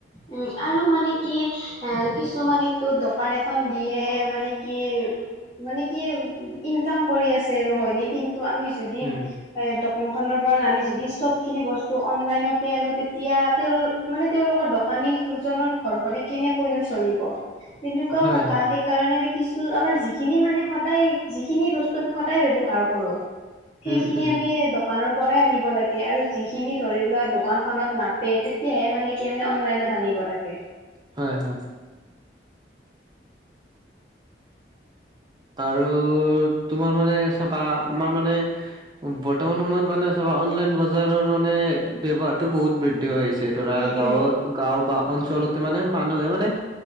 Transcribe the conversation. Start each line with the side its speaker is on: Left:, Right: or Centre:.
Left: উম! আৰু মানে কি এঁ কিছুমানে টো দোকান এখন দিয়ে মানে কি মানে কি উ ইনকাম কৰি আছে আৰু হয়নে কিন্তু আমি যুদি
Right: উম
Left: এ দোকান খনৰ পৰা নানি যদি চব খিনি বস্তু অনলাইনতে আনো তেতিয়া তেওঁল মানে তেওঁওলোকৰ দ দোকানীজনৰ ঘৰখনে কেনেকৈ নো চলিব তেনেকুৱাও
Right: হয়
Left: কথা
Right: হয়
Left: সেই কাৰণে আমি কিছু আমাৰ যিখিনি মানে সদায় যিখিনি বস্তু আমি সদায় ব্যৱহাৰ কৰো সেইখিনি
Right: উম উম
Left: আমি দক দোকানৰ পৰাই আনিব লাগে আৰু যিখিনি ধৰি লোৱা দোকানখনত নাতে তেতিয়ে মানে কি আমি অনলায়েন নত আনিব লাগে।
Right: হয় হঁয়। আৰু তোমাৰ মানে চাবা আমাৰ মানে বৰ্তমান সময়ত মানে চাবা অনলাইন বজাৰৰ মানে ব্যৱহাৰটো বহুত বৃদ্ধি হৈ আইছে। টে ধৰা
Left: উম
Right: গাঁৱত
Left: উম
Right: গাঁও বা অঞ্চলতে মানে মানুহে মানে